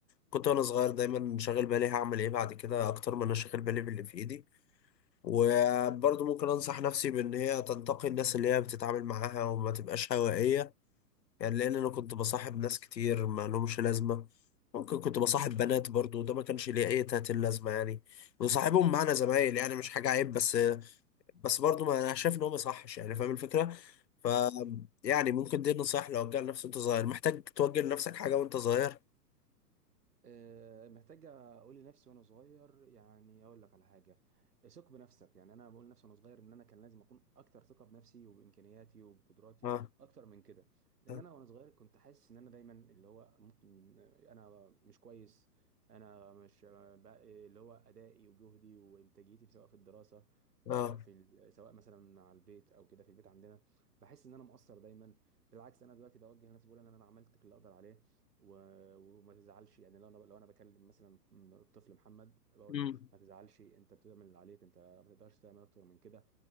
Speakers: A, on the left (about 80°); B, on the right (about 65°).
A: كنت وانا صغير دايما شاغل بالي هعمل ايه بعد كده اكتر ما انا شاغل بالي باللي في ايدي وبرضه ممكن انصح نفسي بان هي تنتقي الناس اللي هي بتتعامل معاها وما تبقاش هوائية يعني لان انا كنت بصاحب ناس كتير ما لهمش لازمة ممكن كنت بصاحب بنات برضه وده ما كانش ليه اي تاتين لازمة يعني وصاحبهم معنا زمايل يعني مش حاجة عيب بس بس برضو ما انا شايف ان هو ما يصحش يعني فاهم الفكره ف
B: صح
A: يعني ممكن دي نصايح لو وجهها لنفسك وانت صغير محتاج توجه لنفسك حاجه وانت صغير
B: آه، محتاجة أقول لنفسي وأنا صغير يعني أقول لك على حاجة ثق بنفسك يعني أنا بقول لنفسي وأنا صغير إن أنا كان لازم أكون أكتر ثقة بنفسي وبإمكانياتي وبقدراتي
A: اه
B: أكتر من كده لأن
A: اه
B: أنا وأنا صغير كنت حاسس إن أنا دايما اللي هو ممكن أنا مش كويس أنا مش بقى اللي هو أدائي وجهدي وإنتاجيتي سواء في الدراسة سواء
A: اه
B: في ال- سواء مثلا مع البيت او كده في البيت عندنا بحس ان انا مقصر دايما بالعكس انا دلوقتي بوجه لنفسي بقول ان انا عملت كل اللي اقدر عليه و- وما تزعلش يعني لو انا لو انا بكلم مثلا الطفل محمد بقول
A: امم
B: له ما تزعلش انت بتعمل اللي عليك انت ما تقدرش تعمل اكتر من كده